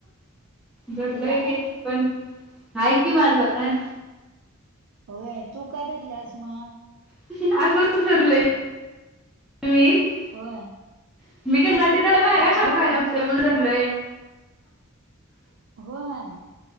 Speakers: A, in the centre; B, on the right (about 65°).
A: भरलंय
B: तुझा नाही
A: गेल पण, आहे की माझं पण!
B: होय तू का धरल्यास म!
A: <unintelligible>
B: होय!
A: <unintelligible>
B: काय कुठं होयं